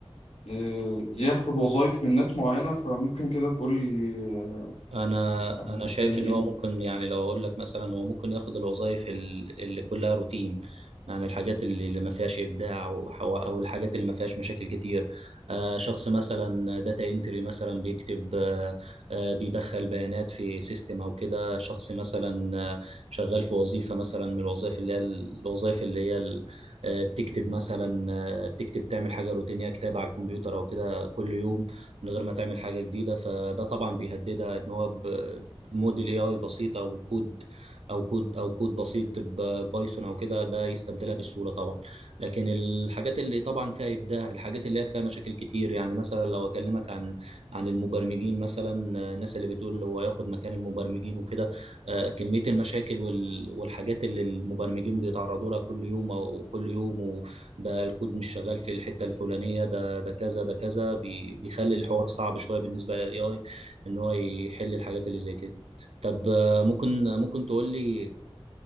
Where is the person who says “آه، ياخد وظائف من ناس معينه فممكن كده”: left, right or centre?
Left